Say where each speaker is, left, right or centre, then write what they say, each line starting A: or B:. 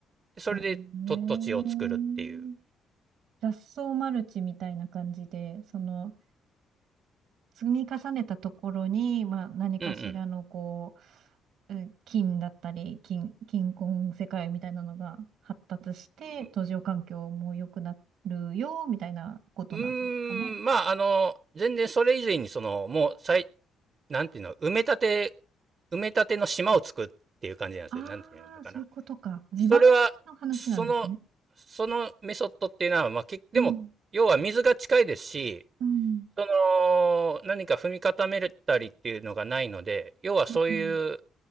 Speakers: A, on the right; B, on the right.
A: でそれでと土地を作るっていう。
B: あれね。雑草マルチみたいな感じで、その、積み重ねたところに、まあ、何かしらのこう、
A: うん
B: うん金だったり、金、金婚世界みたいなのが発達して、
A: うん。
B: 途上環境も良くなるよ、みたいなことなんですかね。
A: うーん、まあ、あの、全然それ以前にその、もう、最、なんていうの、埋め立て、埋め立ての島を作っていう感じなんですよ。
B: ああ、
A: なんていうのかな。
B: そういうことか。地盤の話なんですね。
A: それは、その、そのメソッドっていうのは、まあ、けでも、
B: うん、
A: 要は水が近いですし、
B: うん、
A: その、何か踏み固めたりっていうのがないので、要はそういう、
B: うん、